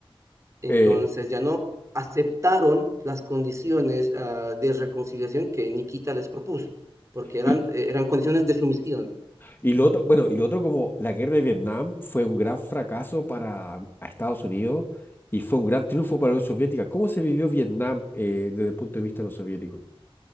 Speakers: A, on the right (about 30°); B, on the left (about 20°).
A: Entonces
B: Eh,
A: ya no aceptaron las condiciones ah, de reconciliación que Nikita les propuso, porque eran,
B: y,
A: eh, eran condiciones de sumisión.
B: y lo otro, bueno, y lo otro como la guerra de Vietnam fue un gran fracaso para a Estados Unidos y fue un gran triunfo para la Unión Soviética. ¿Cómo se vivió Vietnam eh, desde el punto de vista de los soviéticos?